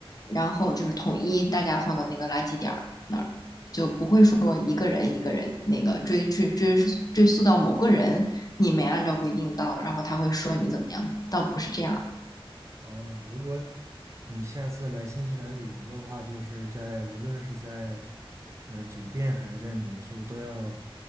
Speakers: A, on the left; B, on the right.
A: 然后就是统一大家放到那个垃圾点儿那儿，就不会说一个人一个人那个追追追追溯到某个人，你没按照规定到，然后他会说你怎么样，倒不是这样。
B: 哦，如果你下次来新西兰旅游的话，就是在无论是在呃酒店还是在民宿，都要